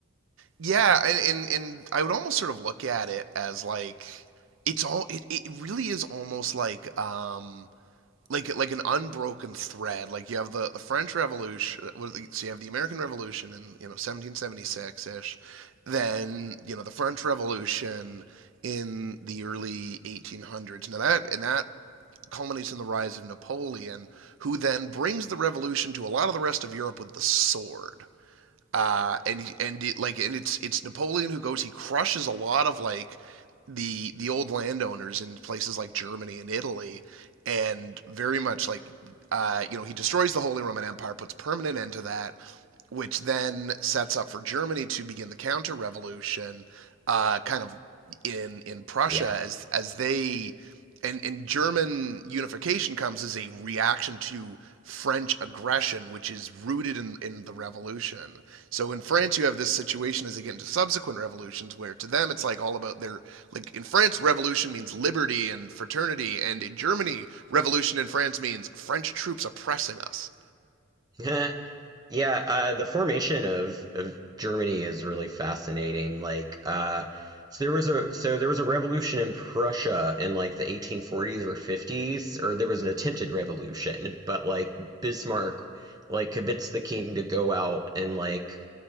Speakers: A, on the right; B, on the right.
A: Yeah, and, and and I would almost sort of look at it as like it's all it, it really is almost like um like like an unbroken thread. Like you have the, the French Revolution, uh, what is the- so you have the American Revolution in you know 1776 ish, then you know the French Revolution in the early 1800s. Now that and that culminates in the rise of Napoleon, who then brings the revolution to a lot of the rest of Europe with the sword uh, and and it, like and it's it's Napoleon who goes. He crushes a lot of like the the old landowners in places like Germany and Italy, and very much like uh, you know he destroys the Holy Roman Empire, puts permanent end to that, which then sets up for Germany to begin the counter revolution, uh, kind of in in Prussia
B: yeah.
A: as as they and and German unification comes as a reaction to French aggression, which is rooted in, in the revolution. So in France, you have this situation as they get into subsequent revolutions, where to them it's like all about their like in France, revolution means liberty and fraternity, and in Germany, revolution in France means French troops oppressing us.
B: <laughs> Yeah, uh, the formation of, of Germany is really fascinating. Like, uh, so there was a so there was a revolution in Prussia in like the 1840s or 50s, or there was an attempted revolution, but like Bismarck like convinced the king to go out and like